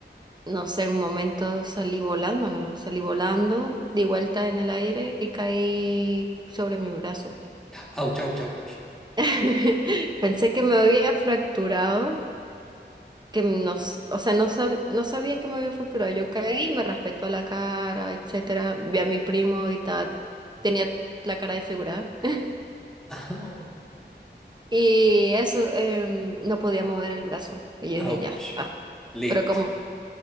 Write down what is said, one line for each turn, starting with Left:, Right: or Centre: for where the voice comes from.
Right: no sé, en un momento salí volando nomás, salí volando, di vuelta en el aire y caí sobre mi brazo.
Centre: Auch, auch, auch.
Right: <laughs> Pensé que me había fracturado, que nos, o sea, no, sab- no sabía que me había fracturado. Yo caí, y me raspé toda la cara, etcétera. Vi a mi primo y ta, tenía la cara desfigurada. <laughs>
Centre: Au,
Right: Y eso, em, no podía mover el brazo. Y yo
Centre: Ouch.
Right: dije, ya está.
Centre: Listo.
Right: Pero como